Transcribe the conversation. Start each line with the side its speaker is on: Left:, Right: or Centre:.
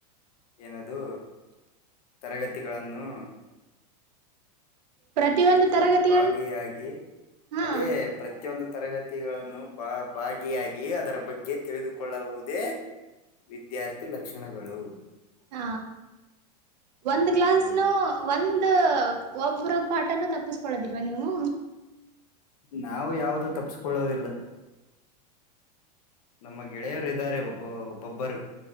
Left: ಏನದು ತರಗತಿಗಳನ್ನು
Right: ಪ್ರತಿಯೊಂದು ತರಗತಿ
Left: ಭಾಗಿಯಾಗಿ
Right: ಹಾ
Left: ಅದೇ ಪ್ರತಿಯೊಂದು ತರಗತಿಗಳನ್ನು ಬ ಭಾಗಿಯಾಗಿ ಅದರ ಬಗ್ಗೆ ತಿಳಿದುಕೊಳ್ಳುವುದೇ ವಿದ್ಯಾರ್ಥಿ ಲಕ್ಷಣಗಳು
Right: ಹ ಒಂದು ಕ್ಲಾಸ್ನ
Left: ಹಾ
Right: ಒಂದು ಒಬ್ಬರ ಪಾಠನುೂ ತಪ್ಪಿಸ್ಕೊೊಳ್ಳದಿಲ್ವಾ ನೀವು
Left: ನಾವು ಯಾವ್ದ ತಪ್ಪಸ್ಕೊಳ್ಳೋದಿಲ್ಲ ನಮ್ಮ ಗೆಳೆಯರಿದ್ದಾರೆ ಒಬ್ಬೊಬ್ಬರು